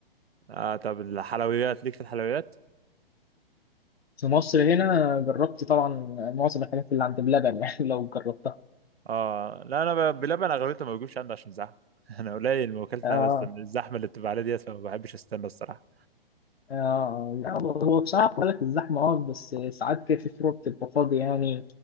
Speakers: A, on the right; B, on the left.
A: آه طب الحلويات ليك في الحلويات؟
B: في مصر هنا جربت طبعا معظم الحاجات اللي عند بلبن يعني <laughs> لو جربتها
A: آه لا أنا ب- بلبن أغلبيته ما بجيبش عندي عشان زحمة <laughs> أنا قليل ما وكلت
B: اه
A: أنا بس الزحمة اللي بتبقى عليها ديت فما بحبش أستنى الصراحة
B: اه لا هو بصراحه بقول لك الزحمه اه بس ساعات كده في فروع بتبقى فاضيه يعني